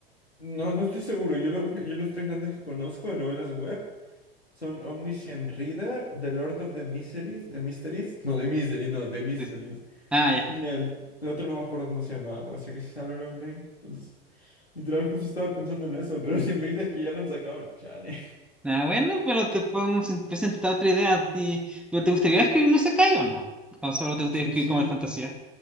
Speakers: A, on the left; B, in the centre.
A: no, no estoy seguro, yo, lo- yo los tres grandes que conozco de novelas web son Omniscient Reader, The Lord of the Miseries, The Mysteries, no, The Misery, no, The Mysteries.
B: Sí. Ah, ya.
A: Y él, el otro no me acuerdo cómo se llamaba, puede ser que se salió Love Lane. Entonces, literal, justo estaba pensando en eso, <laughs> pero si me dices que ya lo han sacado, chale. <laughs>
B: Ah, bueno, pero te podemos presentar otra idea a ti. ¿Pero te gustaría escribir un isekai o no? ¿O solo te gustaría
A: Sí,
B: escribir
A: sí,
B: como de fantasía?